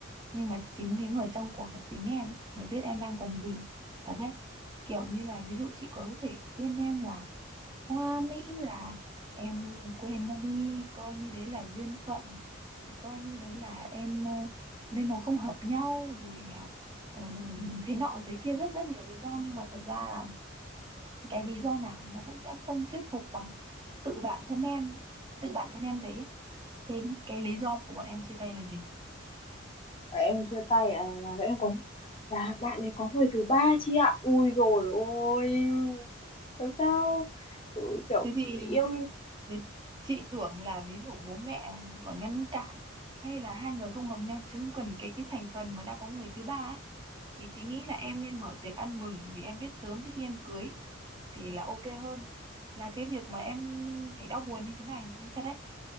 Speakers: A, on the right (about 20°); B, on the left (about 25°).
A: nhưng mà chính cái người trong cuộc là chính em ấy, mới biết em đang cần gì. Thật đấy. Kiểu như là ví dụ chị có thể khuyên em là Hoa Mỹ là em quên nó đi coi như đấy là duyên phận rồi coi như đấy là em ờ, bên nó không hợp nhau rồi à, ờ, thế nọ thế kia rất rất nhiều lý do nhưng mà thật ra là cái lý do nào nó cũng sẽ không thuyết phục bằng tự bản thân em tự bản thân em thấy ấy. Thế cái lý do của bọn em chia tay là gì
B: Và em chia tay à, là em có là bạn ấy có người thứ ba chị ạ ui rồi ôi làm sao kiểu, kiểu
A: thế thì
B: yêu
A: thế chị tưởng là ví dụ bố mẹ còn ngăn cản hay là hai người không hợp nhau chứ cần cái cái thành phần mà đã có người thứ ba ấy thì chị nghĩ là em nên mở tiệc ăn mừng vì em biết sớm trước khi em cưới thì là ok hơn là cái việc mà em phải đau buồn như thế này chứ thật đấy